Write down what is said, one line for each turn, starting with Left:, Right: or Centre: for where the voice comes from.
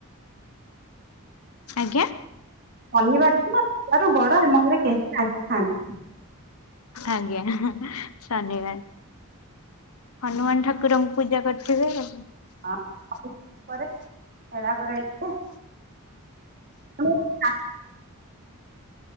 Left: ଆଜ୍ଞା।
Right: ଶନିବାର ଦିନ ଇଆରୁ ବଡ ଏବଂଙ୍ଗ କେହି ଆସିଥାନ୍ତି।
Left: ଆଜ୍ଞା ଧନ୍ୟବାଦ। ହନୁମାନ ଠାକୁରଙ୍କୁ ପୂଜା କରିଥିବେ ଆଉ।
Right: ହଁ ପରେ ହେଳା କରାଯାଇଥାଏ। <unintelligible>